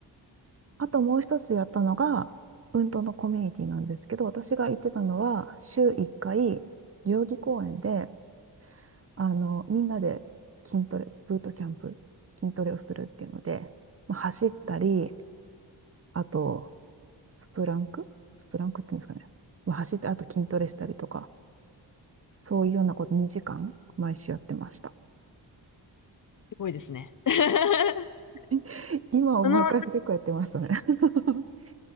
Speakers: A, on the right; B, on the left.
A: あともう一つやったのが、運動のコミュニティなんですけど、私が行ってたのは、週1回、代々木公園で、あの、みんなで筋トレ、ブートキャンプ、筋トレをするっていうので、まあ、走ったり、あと、スプランクスプランクっていうんですかね。まあ、走って、あと筋トレしたりとか、そういうようなこと2時間、毎週やってました。
B: すごいですね。<laughs>
A: <laughs> 今思い返すと結構やってましたね。
B: その、な
A: <laughs>